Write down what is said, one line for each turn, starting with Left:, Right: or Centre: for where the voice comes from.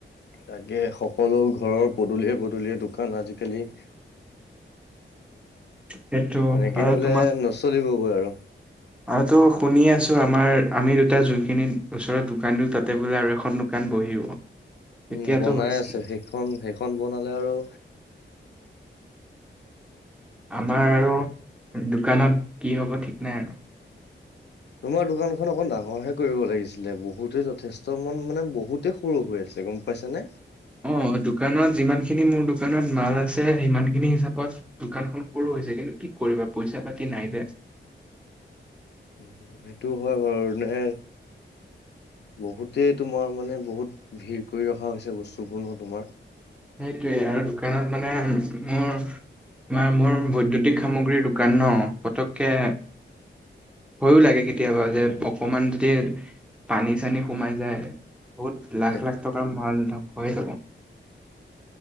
Left: তাকে সকলো ঘৰৰ পদূলিয়ে-পদুলিয়ে দোকান আজিকালি।
Centre: সেইটো
Left: এনেকে
Centre: আৰু
Left: হলে
Centre: তোমাৰ
Left: নচলিবগৈ আৰু।
Centre: আৰুতো শুনি আছো আমাৰ আমি দুটা জুইখিনি ওচৰত দোকান দিল তাতে বোলে আৰু এখন দোকান বহিব।
Left: উম,
Centre: এতিয়াতো
Left: বনাই
Centre: হৈছে
Left: আছে সেইখন সেইখন বনালে আৰু
Centre: আমাৰ আৰু দোকানত কি হ'ব ঠিক নাই আৰু।
Left: তোমাৰ দোকানখনন অকন ডাঙৰহে কৰিব লাগিছিলে, বহুতে যথেষ্ট মান মানে বহুতে সৰু হৈ আছিল। ত গম পাইছ নে?
Centre: অ, দোকানত যিমান খিনি মোৰ দোকানত মাল আছে সিমান খিনি হিচাপত দোকান খ কৰুো হৈছে কিন্তু। কি, কৰিবা পইচা পাতি নাই যে।
Left: উম, সেইটো হয় বাৰু নে বহুতে তোমাৰ মানে বহুত ভিৰ কৰি ৰখা হৈছে বস্তুবোৰ ন তোমাৰ
Centre: সেইটোয়ে আৰু দোকানত মানে মোৰ। মা মোৰ বৈদ্যুতিক সামগ্ৰীৰ দোকান ন পতককে ভৈয়ো লাগে কেতিয়াবা যে অকমান যদি পানী চানী সোমাই যায় বহুত লাখ
Left: সেই
Centre: লাখ টকাৰ মাল ধ্বংস হৈ যাব।